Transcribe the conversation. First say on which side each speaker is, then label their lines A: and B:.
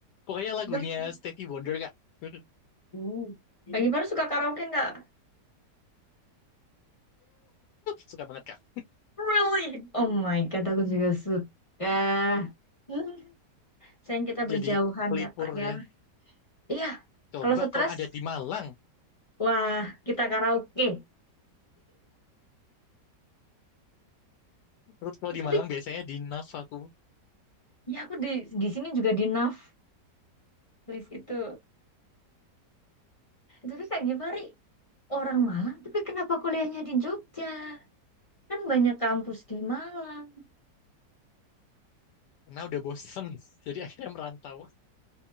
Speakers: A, on the left (about 75°); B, on the left (about 30°).
A: Pokoknya lagunya
B: Tapi-
A: Stevie Wonder, Kak. <laughs>
B: Uh. Kak Gimana suka karaoke nggak?
A: Suka banget, Kak.
B: Really? Oh my God, aku juga suka. Hmm. Sayang kita berjauhan
A: Jadi pelipur
B: ya Kak ya.
A: ya.
B: Iya,
A: Coba
B: kalau stres
A: kalau ada di Malang.
B: Wah, kita karaoke.
A: Terus kalau di
B: Tapi
A: Malang biasanya di NAF aku.
B: ya aku di di sini juga di NAF list itu. Tapi Kak Givari orang Malang, tapi kenapa kuliahnya di Jogja? Kan banyak kampus di Malang.
A: Nah udah bosen, <laughs> jadi akhirnya merantau.